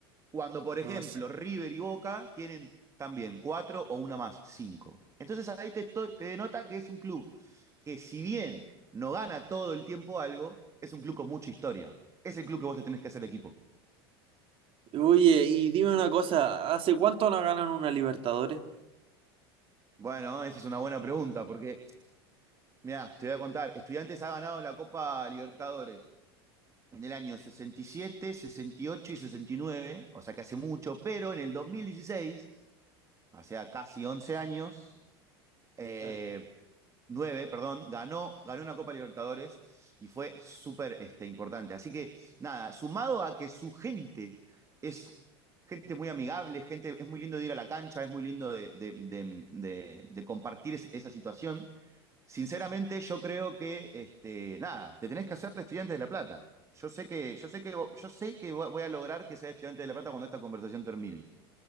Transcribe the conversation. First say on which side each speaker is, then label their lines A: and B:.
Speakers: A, on the right (about 25°); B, on the right (about 45°).
A: Cuando, por ejemplo,
B: no sé.
A: River y Boca tienen también cuatro o una más, cinco. Entonces ahí te, te denota que es un club que si bien no gana todo el tiempo algo, es un club con mucha historia. Es el club que vos te tenés que hacer equipo.
B: Oye, y dime una cosa, ¿hace cuánto no ganan una Libertadores?
A: Bueno, esa es una buena pregunta, porque, mira, te voy a contar, Estudiantes ha ganado la Copa Libertadores en el año sesenta y siete, sesenta y ocho y y sesenta y nueve, o sea que hace mucho, pero en el 2016, o sea, casi 11 años, eh,
B: Claro.
A: 9 perdón, ganó, ganó una Copa Libertadores y fue súper este, importante. Así que nada, sumado a que su gente es gente muy amigable, gente, es muy lindo de ir a la cancha, es muy lindo de, de, de, de de compartir es, esa situación. Sinceramente, yo creo que, este, nada, te tenés que hacer de estudiante de La Plata. Yo sé que, yo sé que, yo sé que voy a lograr que sea estudiante de La Plata cuando esta conversación termine.